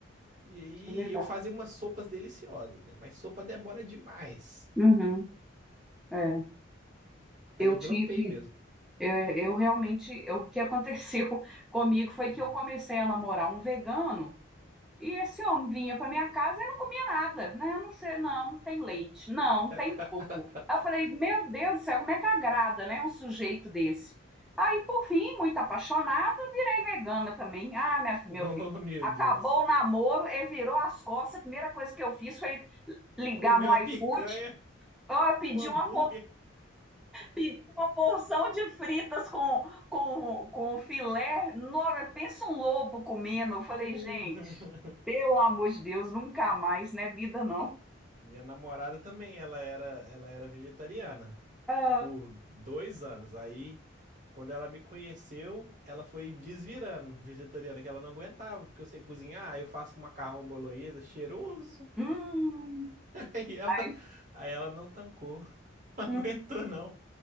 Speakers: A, on the right; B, in the centre.
A: E aí
B: é verdade.
A: eu fazia umas sopas deliciosas, né? Mas sopa demora demais.
B: Uhum, é.
A: Aí
B: Eu
A: eu
B: tive,
A: dropei mesmo.
B: eu, eu realmente, eu- o que aconteceu <laughs> comigo foi
A: Hum.
B: que eu comecei a namorar um vegano e esse homem vinha para minha casa e não comia nada, né? Não sei, não tem leite, não
A: <laughs>
B: tem ovo. Aí Eu falei, meu Deus do céu, como é que agrada, né? Um sujeito desse. Aí, por fim, muito apaixonada, virei vegana também. Ah, minha, fi-
A: Oh,
B: meu filho,
A: meu
B: acabou
A: Deus.
B: o namoro e virou as costas. A primeira coisa que eu fiz foi ligar
A: Comeu
B: no
A: uma
B: iFood.
A: picanha,
B: Ó, pedi
A: um hambúrguer.
B: uma Pedi uma porção de fritas com, com, com filé. Nossa, pensa um lobo comendo. Eu falei,
A: <laughs>
B: gente, pelo amor de Deus, nunca mais, né? Vida não.
A: Minha namorada também, ela era, ela era vegetariana.
B: Ah,
A: por dois anos. Aí, quando ela me conheceu, ela foi desvirando <laughs> vegetariana, que ela não aguentava, porque eu sei cozinhar, aí eu faço um macarrão bolonhesa cheiroso.
B: hum,
A: <laughs> Aí ela,
B: ai,
A: aí ela não tancou, <laughs> não
B: hum,
A: aguentou não.